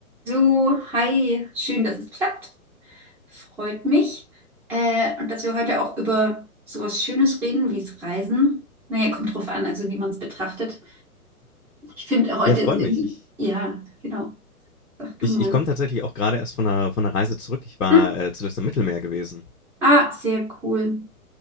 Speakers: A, in the centre; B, on the left.
A: So, hi, schön, dass es klappt. Freut mich. Äh, und dass wir heute auch über sowas Schönes reden, wie es Reisen. Naja, kommt drauf an, also wie man es betrachtet. Ich finde, heute
B: Ja, freut
A: ist irgendwie,
B: mich. Ich,
A: ja, genau. Sag
B: ich,
A: du mal.
B: ich komme tatsächlich auch gerade erst von einer, von einer Reise zurück. Ich war
A: Hm.
B: äh, zuletzt im Mittelmeer gewesen.
A: Ah, sehr cool.